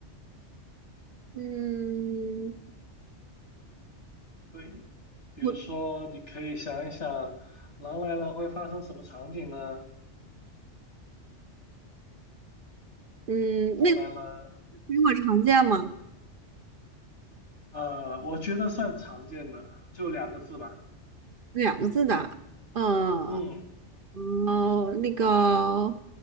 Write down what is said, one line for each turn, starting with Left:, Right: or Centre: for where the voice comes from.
Right: 嗯，
Left: 对，比如说，
Right: 我
Left: 你可以想一想，狼来了会发生什么场景呢？
Right: 嗯，
Left: 狼来了，
Right: 那个水果常见吗？
Left: 呃，我觉得算常见的，就两个字吧。
Right: 两个字的，呃
Left: 嗯，
Right: 哦，那个